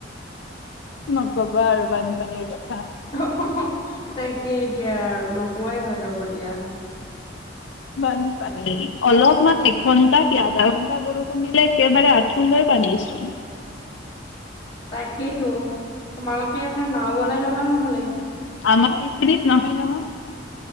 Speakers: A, on the left (about 75°); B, on the left (about 25°).
A: নকবা আৰু বানপানী‌ কথা
B: হ তাই তাকেহে দিয়া আৰু নকোৱাই ভাল হ'ব দিয়া।
A: বানপানী অলপমান এঘন্টা কি আধা ঘন্টা বৰষুণ দিলে একেবাৰে আঁঠু লৈ পানীছো
B: তাকেইতো তোমালোকে এখন নাও বনাই লবা নহ'লে।
A: আমাৰ এইখিনিত নহয় নহয়।